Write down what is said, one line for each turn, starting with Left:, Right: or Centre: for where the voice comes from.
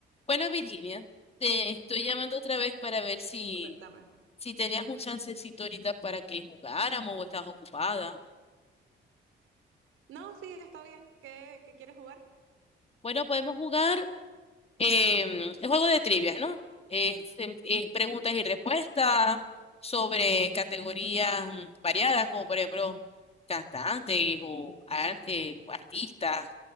Left: Bueno, Virginia, te estoy llamando otra vez para ver si,
Right: Cuéntame.
Left: si tenías un chancecito ahorita para que jugáramos o estás ocupada.
Right: No, sí, está bien. ¿Qué, qué quieres jugar?
Left: Bueno, podemos jugar em, el juego de trivias, ¿no? Es, em, es preguntas y respuestas sobre categorías mm, variadas, como por ejemplo cantantes o ar- eh, artistas,